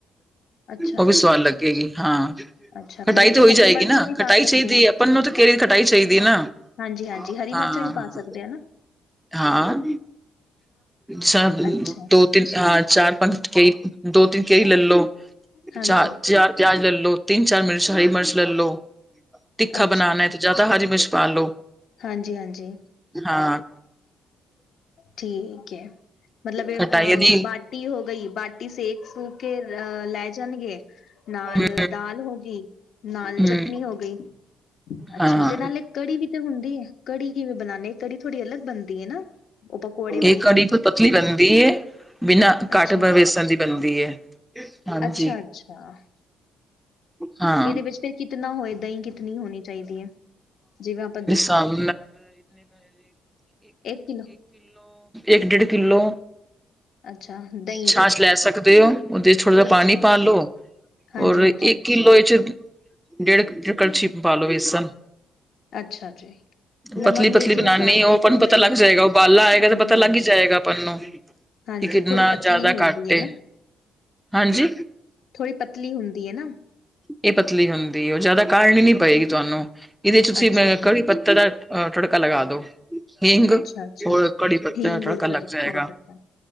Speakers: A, on the left (about 65°); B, in the centre.
A: ਅੱਛਾ,
B: ਉਹ
A: ਅੱਛਾ।
B: ਵੀ ਸੁਵਾਦ ਲੱਗੇਗੀ। ਹਾਂ!
A: ਅੱਛਾ,
B: ਖਟਾਈ
A: ਵਿੱਚ
B: ਤੇ ਹੋ ਹੀ
A: ਹਰੀਆਂ
B: ਜਾਏਗੀ
A: ਮਿਰਚਾਂ
B: ਨਾ।
A: ਵੀ
B: ਖਟਾਈ
A: ਪਾ ਸਕਦੇ
B: ਚਾਹੀਦੀ
A: ਆ?
B: ਹੈ। ਆਪਨ ਨੂੰ ਤਾਂ, ਕੇਰੀ ਖਟਾਈ ਚਾਹੀਦੀ ਏ ਨਾ।
A: ਹਾਂਜੀ! ਹਾਂਜੀ! ਹਰੀ
B: ਹਾਂ
A: ਮਿਰਚਾਂ
B: ਹਾਂ
A: ਵੀ ਪਾ ਸਕਦੇ, ਆ ਨਾ।
B: ਹਾਂ! ਸਭ
A: ਅੱਛਾ,
B: ਦੋ ਤਿੰਨ! ਹਾਂ! ਚਾਰ-ਪੰਜ ਕੇਇ। ਦੋ- ਤਿੰਨ ਕੇਰੀ ਲੈਅ ਲੋ।
A: ਹਾਂਜੀ।
B: ਚਾਰ ਚਾਰ, ਚਾਰ ਪਿਆਜ ਲੈਅ ਲੋ। ਤਿੰਨ- ਚਾਰ ਮਿਰਚ ਹਰੀ ਮਿਰਚ ਲੈ ਲੋ। ਤਿੱਖਾ
A: ਅੱਛਾ
B: ਬਣਾਣਾ
A: ਜੀ,
B: ਹੈ। ਤੇ, ਜ਼ਿਆਦਾ ਹਰੀ ਮਿਰਚ ਪਾ ਲੋ।
A: ਹਾਂਜੀ! ਹਾਂਜੀ!
B: ਹਾਂ
A: ਠੀਕ। ਐ। ਮਤਲਬ! ਏਹ
B: ਖਟਾਈ
A: ਅ
B: ਦੀ
A: ਬ ਬਾਟੀ ਹੋ ਗਈ। ਬਾਟ ਟੀ ਸੇਕ ਸੂਕ ਕੇਅਰ ਲੈ ਜਾਣਗੇ। ਨਾਲ,
B: ਹੂੰ
A: ਦਾਲ ਹੋ ਗੀ। ਨਾਲ
B: ਹੂੰ
A: ਚਟਨੀ ਹੋ ਗਈ। ਅੱਛਾ!
B: ਹਾਂ
A: ਤੇ, ਨਾਲੇ ਕੜੀ ਵੀ ਤੇ ਹੁੰਦੀ ਐ। ਕੜੀ, ਕਿਵੇਂ ਬਣਾਨੇ। ਕੜੀ ਥੋੜੀ ਅਲੱਗ ਬਣਦੀ ਐ ਨਾ? ਉਹ ਪਕੌੜੇ ਵਾਲੀ
B: ਇਹ ਕੜੀ ਤੋਂ ਪਤਲੀ ਬਣਦੀ ਐ। ਬਿਨਾਂ ਕਾਠਬ
A: ਅੱਛਾ
B: ਵੇਸਣ ਦੀ ਬਣਦੀ ਐ। ਹਾਂਜੀ!
A: ਅੱਛਾ ਅੱਛਾ
B: ਹਾਂ!
A: ਤੇ ਇਹਦੇ ਵਿੱਚ ਫਿਰ ਕਿਤਨਾ ਹੋਏ? ਦਹੀਂ ਕਿਤਨੀ ਹੋਣੀ ਚਾਹੀਦੀ ਐ? ਜਿਵੇਂ, ਆਪ
B: <unintelligible> <unintelligible> ਕਿੱਲੋ।
A: ਇੱਕ ਕਿੱਲੋ
B: ਇੱਕ-ਡੇਢ ਕਿੱਲੋ।
A: ਅੱਛਾ ਦਹੀਂ
B: ਛਾਂਛ
A: ਦੀ
B: ਲੈ ਸਕਦੇ ਔ। ਓਹਦੇ'ਚ ਥੋੜਾ ਜਾ
A: ਅੱਛਾ
B: ਪਾਣੀ ਪਾ ਲਓ।
A: ਹਾਂਜੀ
B: ਔਰ
A: ਹਾਂਜੀ
B: ਇੱਕ ਕਿੱਲੋ ਇਹਦੇ 'ਚ ਡੇਢ ਕ ਅ ਕਰਸ਼ੀ ਪਾ ਲੋ ਵੇਸਣ।
A: ਅੱਛਾ ਜੀ! ਨਮਕ
B: ਪਤਲੀ
A: ਮਿਰਚੀ
B: ਪਤਲੀ ਬਣਾਨੀ।
A: ਮਸਾਲੇ
B: ਉਹ ਆਪਾਂ
A: ਤੇ
B: ਨੂੰ
A: ਉਵੇਂ
B: ਪਤਾ
A: ਹੀ
B: ਲੱਗ ਜਾਏਗਾ। ਉਬਾਲਾ ਆਏਗਾ।
A: ਹਾਂਜੀ
B: ਤੇ, ਪਤਾ ਲੱਗ
A: ਹਾਂਜੀ
B: ਹੀ ਜਾਏਗਾ। ਆਪਨ ਨੂੰ।
A: ਹਾਂਜੀ,
B: ਕੀ! ਕਿਤਨਾ
A: ਥੋੜ੍ਹੀ ਪਤਲੀ
B: ਜ਼ਿਆਦਾ
A: ਹੁੰਦੀ
B: ਘੱਟ
A: ਹੈ
B: ਏ।
A: ਨਾ,
B: ਹਾਂਜੀ!
A: ਥੋੜ੍ਹੀ ਪਤਲੀ ਹੁੰਦੀ ਹੈ ਨਾ,
B: ਇਹ ਪਤਲੀ ਹੁੰਦੀ ਔ। ਉਹ ਜ਼ਿਆਦਾ ਕਾੜ੍ਹਨੀ ਨੀ ਪਏਗੀ ਤੁਹਾਨੂੰ। ਇਹਦੇ 'ਚ ਤੁਸੀਂ
A: ਅੱਛਾ।
B: ਮੈ ਕੜੀ ਪੱਤਾਂ ਦਾ ਅ ਤੁੜਕਾ ਲਗਾ ਦੋ। ਹਿੰਗ
A: ਅੱਛਾ-ਅੱਛਾ,
B: ਔਰ ਕੜੀ ਪੱਤਾ
A: ਹੀਂਗ
B: ਤੜਕਾ
A: ਔਰ ਕਰੀ
B: ਲੱਗ ਜਾਏਗਾ।
A: ਕੜੀ ਪੱਤਾ,